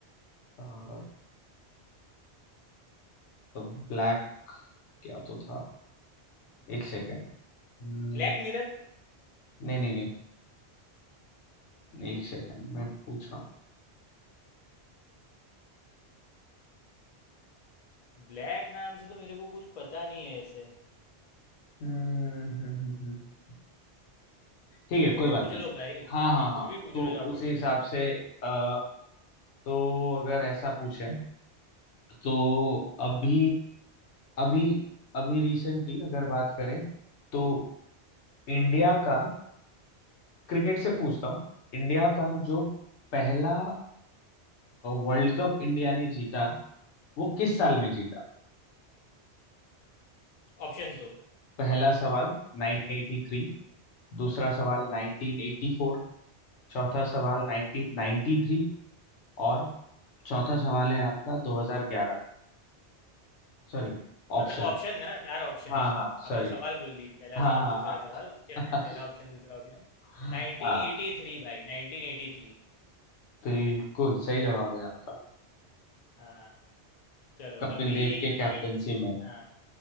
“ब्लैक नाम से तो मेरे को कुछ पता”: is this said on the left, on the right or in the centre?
Left